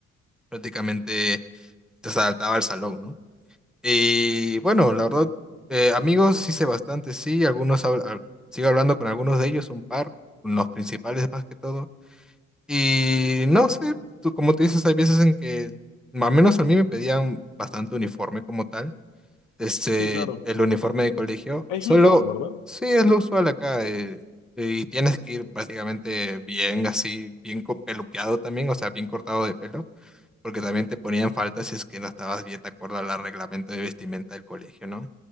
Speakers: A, in the centre; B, on the left.
A: prácticamente se saltaba el salón, ¿no? Y bueno, la verdad, eh, amigos hice bastante, sí, algunos, hab- al- sigo hablando con algunos de ellos, un par, los principales más que todo. Y no sé, tú, como tú dices, hay veces en que, al menos a mí me pedían bastante uniforme como tal, este,
B: Sí, claro.
A: el uniforme de colegio,
B: Es
A: solo,
B: lo usual, ¿verdad?
A: sí, es lo usual acá, eh, y tienes que ir prácticamente bien así, bien co- peluqueado también, o sea, bien cortado de pelo, porque también te ponían falta si es que no estabas bien de acuerdo al reglamento de vestimenta del colegio, ¿no?